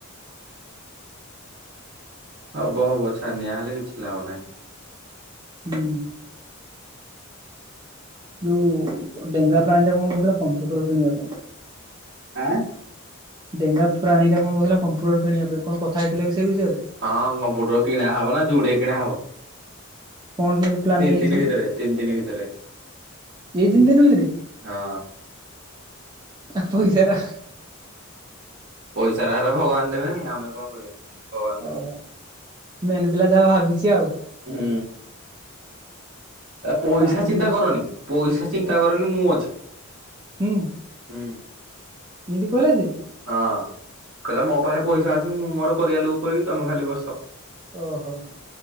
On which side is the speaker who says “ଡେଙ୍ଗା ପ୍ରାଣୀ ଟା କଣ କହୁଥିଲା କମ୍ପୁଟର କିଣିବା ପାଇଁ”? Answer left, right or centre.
Right